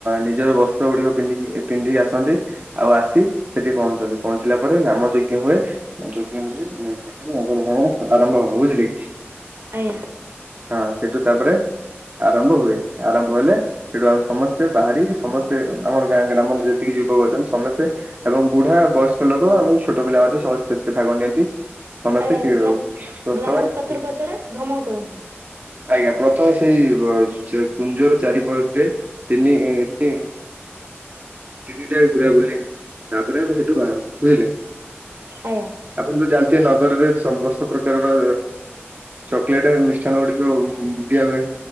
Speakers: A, on the right; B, on the right.
A: ନିଜର ବସ୍ତ୍ର ଗୁଡିକ ପିନ୍ଧିକି ପିନ୍ଧି ଆସନ୍ତି ଆଉ ଆସି ସେଠି ପହଞ୍ଚନ୍ତି। ପହଞ୍ଚିଲା ପରେ ନାମଯଜ୍ଞ ହୁଏ ଯଜ୍ଞ ହୁଏ। ତାପରେ ନଗର ଭ୍ରମଣ ଆରମ୍ଭ ହବ ବୁଝିଲେ?
B: ଆଜ୍ଞା
A: ହଁ! ସେଠୁ ତାପରେ ଆରମ୍ଭ ହୁଏ। ଆରମ୍ଭ ହେଲେ ସେଠୁ ଆମେ ସମସ୍ତେ ବାହାରି ସମସ୍ତେ ଆମର ଗାଁ ଗ୍ରାମର ଯେତିକି ଯୁବକ ଅଛନ୍ତି ସମସ୍ତେ ଏବଂ ବୁଢ ବୁଢା ବୟସ୍କ ଲୋକ ଏବଂ ଛୋଟ ପିଲା ମାନେ ସମସ୍ତେ ସେଥିରେ ଭାଗ ନିଅନ୍ତି। ସମସ୍ତେ
B: ଆଜ୍ଞା
A: କି <unintelligible>
B: ଗା ଗ୍ରାମର ଚତୁଃପାର୍ଶ୍ଵରେ ଭ୍ରମଣ କରନ୍ତି
A: ଆଜ୍ଞା! ପ୍ରଥମେ ସେଇ କୁଞ୍ଜର ଚାରିପଟେ ତିନି ଇ-ଇ ତିନିଟା ଘୁରା ବୁଲି, ତାପରେ ଆମେ ସେଠୁ ବାହାରୁ। ବୁଝିଲେ?
B: ଆଜ୍ଞା
A: ଆପଣ ଯ ଜାଣି ଗ ନଗରରେ ସମସ୍ତ ପ୍ରକାରର ଚକୋଲେଟ ମିଷ୍ଟାନ ଗୁଡିକ ଦିଆ ହୁଏ।